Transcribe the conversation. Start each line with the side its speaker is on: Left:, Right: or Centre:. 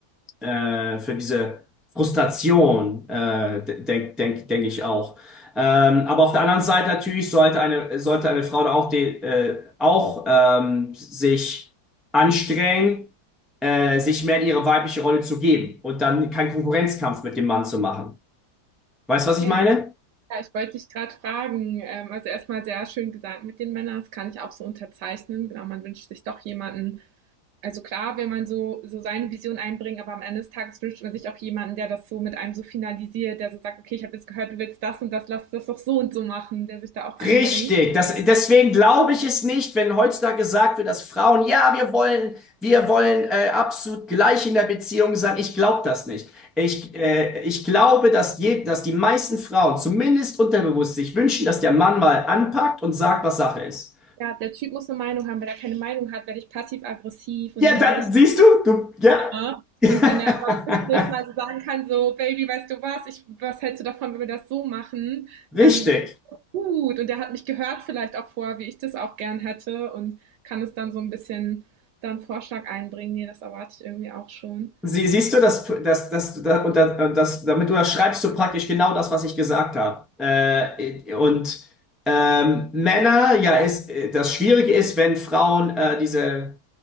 Centre: äh, für diese Frustration, äh, denke denk, denk ich auch. Ähm, aber auf der anderen Seite natürlich sollte eine, sollte eine Frau da auch, die, äh, auch ähm, sich anstrengen, äh, sich mehr in ihre weibliche Rolle zu geben und dann keinen Konkurrenzkampf mit dem Mann zu machen. Weißt du, was
Right: Ja,
Centre: ich meine?
Right: ja, ich wollte dich gerade fragen. Ähm, also erstmal sehr schön gesagt mit den Männern, das kann ich auch so unterzeichnen. Genau, man wünscht sich doch jemanden. Also klar, will man so, so seine Vision einbringen, aber am Ende des Tages wünscht man sich auch jemanden, der das so mit einem so finalisiert, der so sagt, okay, ich habe jetzt gehört, du willst das und das, lass das doch so und so machen, der sich da auch einbringt.
Centre: Richtig, das, deswegen glaube ich es nicht, wenn heutzutage gesagt wird, dass Frauen, ja, wir wollen, wir wollen äh, absolut gleich in der Beziehung sein. Ich glaube das nicht. Ich, äh, ich glaube, dass, je, dass die meisten Frauen zumindest unterbewusst sich wünschen, dass der Mann mal anpackt und sagt, was Sache ist.
Right: Ja, der Typ muss eine Meinung haben. Wenn er keine Meinung hat, werde ich passiv-aggressiv und
Centre: Ja,
Right: dann
Centre: dann
Right: werde ich
Centre: siehst du, du, ja.
Right: Ne?
Centre: <laughs>
Right: Und wenn er aber zwischendurch mal so sagen kann, so, Baby, weißt du was, ich, was hältst du davon, wenn wir das so machen,
Centre: Richtig.
Right: dann gut. Und er hat mich gehört vielleicht auch vorher, wie ich das auch gern hätte und kann es dann so ein bisschen dann Vorschlag einbringen. Nee, das erwarte ich irgendwie auch schon.
Centre: Sie, siehst du, dass, dass, dass, da- und da- und das, damit du das schreibst du praktisch genau das, was ich gesagt habe. Äh, und ähm, Männer, ja, ist, äh, das Schwierige ist, wenn Frauen äh, diese,